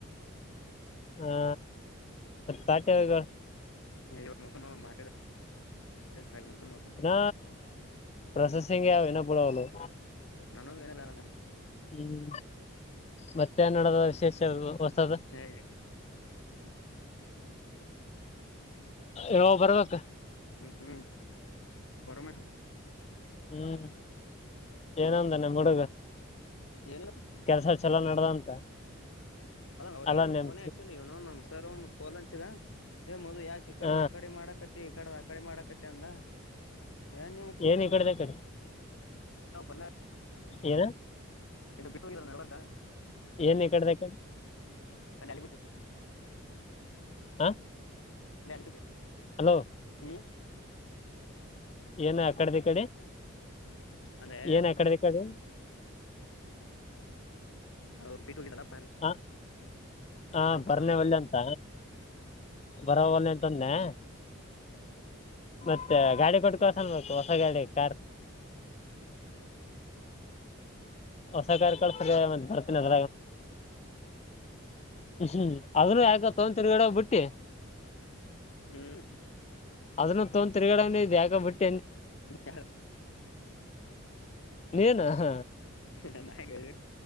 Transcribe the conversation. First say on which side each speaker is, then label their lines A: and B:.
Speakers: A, on the left; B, on the left.
A: ಹಾ ಸಾಟೆ ವಗ
B: ಇವತ್ತು ಮೋಸಮ ಅವ ನಕ ಅ ಮುಗಸತ
A: ಇನ್ನ ಪ್ರೊಸೆಸಿಂಗ್ ಯಾವ್ ಇನ್ನ ಬಿಡವಲ್ವು
B: ನಾನು ನರ
A: ಹ್ಮ್ ಮತ್ತೆ ಕನ್ನಡದ ವಿಶೇಷ ವಸತದ
B: ಏ,
A: ಯ ಬರ್ಬೇಕ
B: ಹ್ಮ್್ಮ ಬರಮೆ
A: ಹ್ಮ್ ಏನೊಂದಾನೆ ಹಡುಗ
B: ಏನಿಲ್ಲ
A: ಕೆಲ್ಸ ಚಲ ನಡದ ಅಂತ
B: ಅವ್ರ
A: ಅಲ್ಲ
B: ಏನು
A: ನಿಮ್
B: ಪೋನ ಆಚ್ಚಿಲ್ಲ ಇವನ ನಮ್ ಸರ್ ಒ ಪೋಲ್ ಅಂಚಿದ ಮೊದದು ಯಾಕೆ ಕಡದ
A: ಹ
B: ಕಡೆ ಮಾಡಕತ್ತ ಈ ಕಡದ ಆ ಕಡೆ ಮಾಡಕತ್ತ ತ್ತ ಅಿಂದ ಏ ನಿಮ್ ಕೂಡ್ರ
A: ಏನ್ ಈ ಕಡೆದ ಕಡೆ
B: ಅಲ್ಲ
A: ಏನು
B: ಎ ಬಿಟ್ಟಾ
A: ಏನ್ ಈ ಕಡೆದಕ
B: ಅಾಲಿಪುಕ್ಕೆ
A: ಹಾ
B: ನಲ್ ಬಿಟ
A: ಹಲೋ
B: ಹ್ಮ
A: ಏನ ಆ ಕಡೆದ ಕಡೆ
B: ಅಂದ್ರೆ
A: ಏನ ಕಡೆದ ಕಡೆ
B: ಹ್ಮ ಬಿಟ್ಟು ಹೋಗಿದ್ದಲ್ಲ
A: ಹ ಹ ಬರನೆೇ
B: ಪರವಾಗಿಲ್ಲ
A: ಒಳ್ಳೆ ಅಂತ ಬರ ಒಲ್ಲೆ ನ್ನೆ ಮತ್ತೆ ಗಾಡಿ ಡ್ಕಸ ಹೊಸ ಗಾಡೆ ಕಾರ ಹೊಸ ಕಾರ್ಯಕಳ ಸರಿಯ ಬತನದ ಹ್ಮ್ ಅದನ್ನು ಯಾಕ ತಗ ತಿರ್ಗಡ ಬಿಟ್ಟಿ
B: ಹ್ಮ್
A: ಅದನ್ನ ತೊಂದ್ ತಿಗಡ ಇ ಯಾಕ ಬಿಟ್ಟು
B: ಹ.
A: ನೀನ ಹಾ.
B: ನ.